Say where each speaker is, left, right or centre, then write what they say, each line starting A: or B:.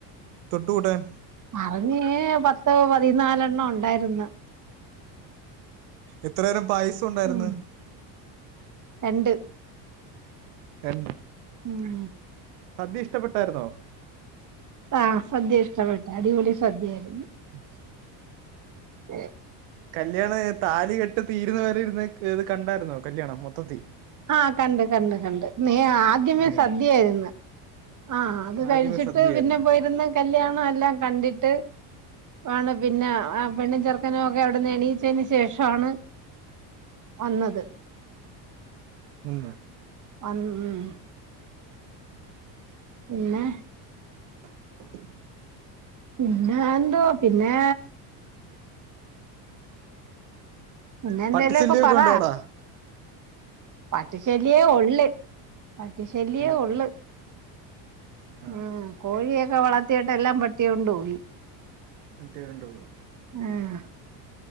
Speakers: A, on the right (about 75°); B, on the right (about 35°).
A: തൊട്ട്കൂട്ടാൻ
B: അറിഞ്ഞു പത്ത് പതിനാലെണ്ണം ഉണ്ടായിരുന്നു
A: എത്ര തരം പായസം ഉണ്ടായിരുന്നു
B: മ്മ് രണ്ട്
A: രണ്ട്
B: ഉം
A: സദ്യ ഇഷ്ടപ്പെട്ടായിരുന്നോ?
B: ആഹ സദ്യ ഇഷ്ടപ്പെട്ട് അടിപൊളി സദ്യായിയിരുന്നു.
A: <unintelligible>
B: <unintelligible>
A: കല്യാണം താലി കെട്ട് തീരുന്ന വരെ ഇരുന്ന് കണ്ടായിരുന്നോ കല്യാണം മൊത്തത്തിൽ
B: ആഹ കണ്ട് കണ്ട് കണ്ട് നീ ആദ്യമേ
A: കണ്ട് കണ്ട്
B: സദ്യയായിരുന്നു ആഹ അത് കഴിച്ചിട്ട്
A: ആദ്യമേ സദ്യയായിരുന്നു
B: പിന്നെ
A: ആഹ്
B: പോയിരുന്ന് കല്യാണം എല്ലാം കണ്ടിട്ട് ആണ് പിന്നെ ആ പെണ്ണും ഗർ ക്കനുംഒക്കെ അവിടെന്ന് എണീയിച്ചതിന് ശേഷാണ് വന്നത്
A: മ്മ് ന്ന്
B: അൻമ്മ് പിന്നെ
A: <unintelligible>
B: പിന്നെ എന്തൊ പിന്നേ
A: <inaudible>
B: പിന്നെ എന്തേലുമൊക്കെ
A: പട്ടിച്ചല്ലയൊക്കെ
B: പറ
A: ഉണ്ടോ അവിടാ
B: പട്ടിശല്യേ ഒള്ള് പട്ടിശല്ലിയേ
A: ഇല്ല
B: ഒള്ള്
A: ആഹ്
B: മ്മ് കോഴിയൊക്കെ വളർത്തിയിട്ട് എല്ലാം പട്ടികൊണ്ട് പോയി
A: പട്ടി കൊണ്ടോവൊ
B: ആഹ